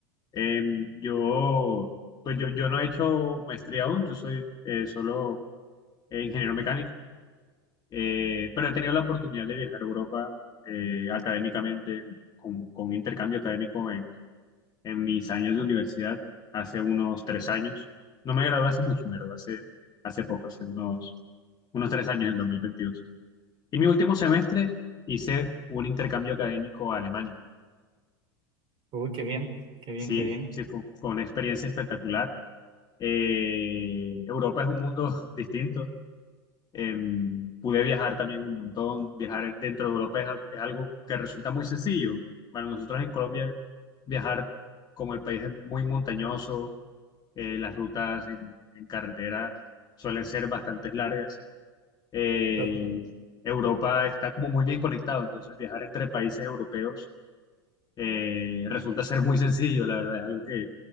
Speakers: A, on the left (about 35°); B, on the right (about 40°).
A: Eh, yo, pues yo, yo no he hecho maestría aún, yo soy eh, solo eh, ingeniero mecánico, eh, pero he tenido la oportunidad de viajar a Europa eh, académicamente con, con intercambio académico en, en mis años de universidad, hace unos tres años. No me gradué hace mucho, me gradué hace, hace poco, hace unos, unos tres años, en 2022. Y mi último semestre hice un intercambio académico a Alemania.
B: Uy, qué bien, qué bien,
A: Sí,
B: qué bien.
A: sí, fue, fue una experiencia espectacular. Eh, Europa es un mundo <laughs> distinto. Em, pude viajar también un montón. Viajar dentro de Europa es, a- es algo que resulta muy sencillo. Para nosotros en Colombia, viajar como el país es muy montañoso, eh, las rutas en, en carretera suelen ser bastante largas. Eh,
B: Total.
A: Europa está como muy bien conectado, entonces viajar entre países europeos eh, resulta ser muy sencillo, la verdad, es algo que,